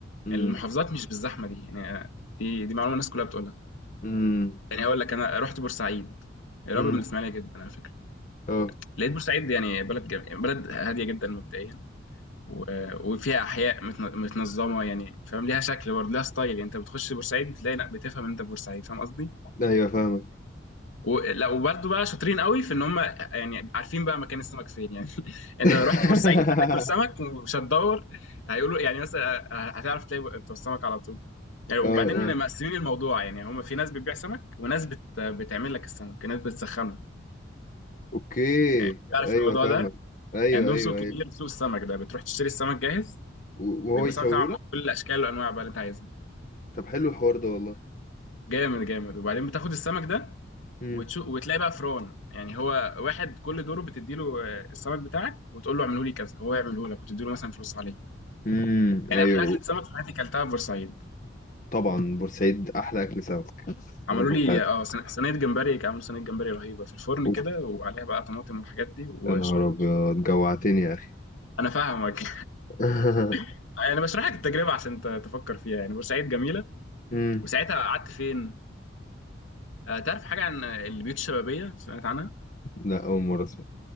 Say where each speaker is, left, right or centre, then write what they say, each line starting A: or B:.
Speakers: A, on the left (about 40°); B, on the left (about 85°).
A: امم
B: المحافظات مش بالزحمه دي يعني آه، دي دي معلومه الناس كلها بتقولها
A: امم
B: يعني اقول لك انا رحت بورسعيد قريبه
A: امم
B: من الاسماعيليه جدا على فكره
A: اه
B: لقيت بورسعيد يعني بلد جم... بلد هاديه جدا مبدئيا و... وفيها احياء متن... متنظمه يعني فاهم ليها شكل برضه ليها ستايل يعني انت بتخش بورسعيد بتلاقي لا بتفهم ان انت في بورسعيد فاهم قصدي
A: أيوه فاهمك
B: و... لا وبرده بقى شاطرين قوي في ان هم يعني عارفين بقى مكان السمك فين يعني <laughs> انت
A: <laughs>
B: لو رحت بورسعيد هتاكل سمك ومش هتدور هيقولوا يعني مثلا هتعرف تلاقي بتوع السمك على طول يعني وبعدين
A: اه اه
B: مقسمين الموضوع يعني هم في ناس بتبيع سمك وناس بت... بتعمل لك السمك ناس بتسخنه
A: أوكي
B: يعني تعرف
A: أيوه
B: الموضوع
A: فاهمك
B: ده
A: أيوه
B: عندهم
A: أيوه
B: سوق كبير
A: أيوه
B: سوق السمك ده بتروح تشتري السمك جاهز
A: و- وهو
B: بيبقى
A: يسويهولك
B: سمك طبعا بكل الاشكال والانواع بقى اللي انت عايزها
A: طب حلو الحوار ده والله
B: جامد جامد وبعدين بتاخد السمك ده
A: امم
B: وتشو... وتلاقي بقى فران يعني هو واحد كل دوره بتديله آه، السمك بتاعك وتقول له اعمله لي كذا هو يعمله لك وتديله مثلا فلوس عليه
A: امم
B: يعني
A: أيوه
B: احلى اكله سمك في حياتي كلتها في بورسعيد
A: طبعا بورسعيد احلى اكل سمك
B: عملوا
A: هتاكله
B: لي
A: في حياتك
B: اه صينيه صينية جمبري عملوا صينيه جمبري رهيبه في الفرن
A: اوف
B: كده وعليها بقى طماطم والحاجات دي وشرب
A: يا نهار ابيض جوعتني يا اخي
B: انا فاهمك
A: <laughs>
B: <laughs> انا بشرح لك التجربه عشان ت- تفكر فيها يعني بورسعيد جميله
A: امم
B: وساعتها قعدت فين آه، تعرف حاجه عن آه، البيوت الشبابيه سمعت عنها
A: لا اول مره اسمع